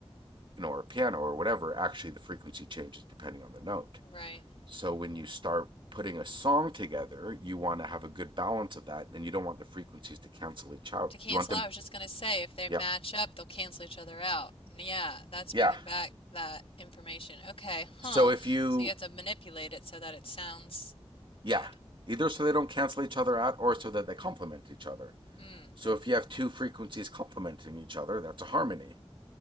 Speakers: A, on the right; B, on the left.
A: you know, or a piano or whatever, actually the frequency changes depending on the note.
B: right.
A: So when you start putting a song together, you want to have a good balance of that, and you don't want the frequencies to cancel each out.
B: To cancel
A: You want them,
B: out,
A: to,
B: I was just gonna say if they
A: yeah,
B: match up, they'll cancel each other out. Yeah, that's
A: yeah.
B: bringing back that information. Okay, huh.
A: So if you,
B: So you have to manipulate it so that it sounds
A: yeah,
B: good.
A: either so they don't cancel each other out, or so that they complement each other.
B: Mm,
A: So if you have two frequencies complementing each other, that's a harmony,